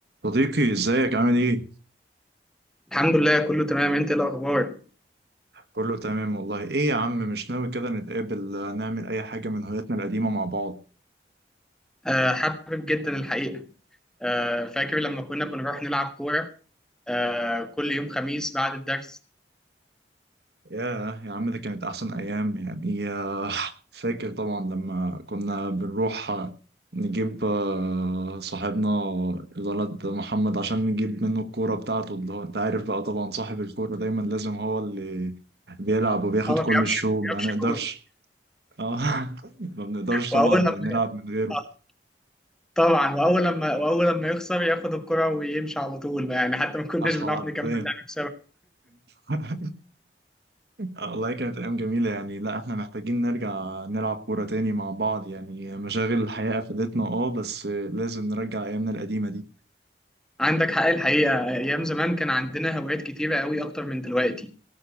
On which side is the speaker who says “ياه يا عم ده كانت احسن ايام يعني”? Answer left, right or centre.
Right